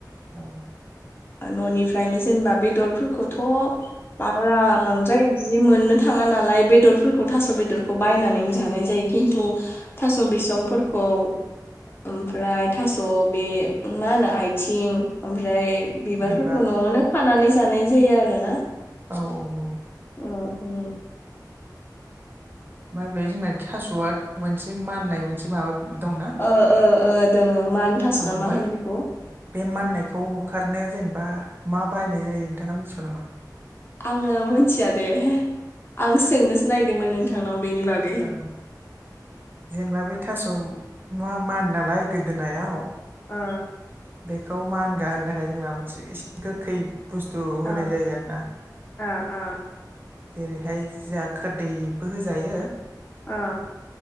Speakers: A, on the right (about 30°); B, on the left (about 30°).
A: औ।
B: न'निफ्रायनो जेनेबा बेदरफोरखौथ'। बांला बांद्राय बिदि मोननो थाङा नालाय बेदरफोरखौ थास' बेदरखौ बायनानै जानाय जायो। खिन्थु थास' बिसं। फोरखौ ओमफ्राय थास' बे मा होनो आथिं। ओमफ्राय बिबारफोरखौ
A: बिबार
B: न'आवनो खानानै जानाय जायो आरोना।
A: औ औ औ।
B: औ औ।
A: ओम बे जोंना थास'आ मोनसे माननाय मोनसे माबा दंना।
B: ओ ओ ओ दोंङो मान थास'
A: औ
B: ना
A: ओमफाय।
B: मा होनो बेखौ
A: बे माननायखौ होखारनो जेनेबा मा बाहायनाय जायो नोंथाङा मिथिगौ नामा?
B: आंङो मिथिया दे आं सोंनोसो नायगिरदोंमोन नोंथांनाव बेनि बागै।
A: अ जेनेबा बे थास' मा मान नालाय गोदोनायाव
B: अ।
A: बेखौ मानगा होनो थाखाय जोंना मोनसे एसे गोखै बुस्थु होनाय
B: ओ
A: जायो आरो ना
B: ओ
A: जेरैहाय जोंहा खोरदैबो होजायो
B: ओ